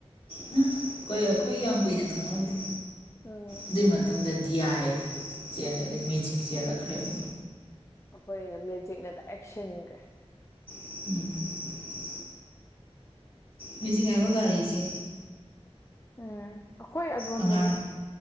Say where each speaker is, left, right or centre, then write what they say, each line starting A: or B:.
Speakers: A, on the left (about 55°); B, on the left (about 25°).
A: ꯍꯨꯝ ꯑꯩꯈꯣꯏ-ꯑꯩꯈꯣꯏ ꯌꯥꯝ ꯀꯨꯏꯅ ꯈꯪꯉꯧꯗꯦ
B: ꯎꯝ
A: ꯑꯗꯨꯏ ꯃꯇꯨꯡꯗꯗꯤ ꯗꯤꯌꯥꯏ ꯆꯦꯜꯂꯦ ꯑꯗꯩ ꯃꯦꯖꯤꯛ ꯆꯦꯜꯂꯛꯈ꯭ꯔꯦꯕ
B: ꯑꯈꯣꯏꯅ ꯃꯦꯖꯤꯛꯅ ꯗꯥꯏꯔꯦꯛ ꯁꯤꯟꯒ꯭ꯔꯦ
A: ꯎꯝ ꯃꯦꯖꯤꯛ ꯉꯥꯏꯕ ꯒꯥꯔꯤꯖꯦ
B: ꯎꯝ ꯑꯈꯣꯏ ꯑꯗꯣꯝꯗꯗꯤ
A: ꯑꯉꯥꯡ